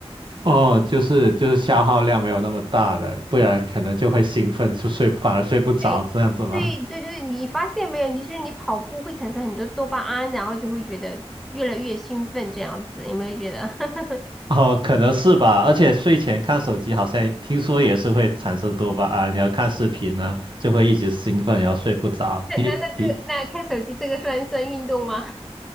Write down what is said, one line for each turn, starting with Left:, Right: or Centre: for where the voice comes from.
Right: 哦，就是就是消耗量没有那么大的，不然可能就会兴奋，就睡反而睡不着这样子吗？
Centre: 对。对对对，你发现没有？你是你跑步会产生很多多巴胺，然后就会觉得越来越兴奋，这样子有没有觉得？<laughs>
Right: 哦，可能是吧。而且睡前看手机好像听说也是会产生多巴胺，然后看视频呢就会一直兴奋，然后睡不着。
Centre: 那那那这个那看手机这个算算运动吗？
Right: 你你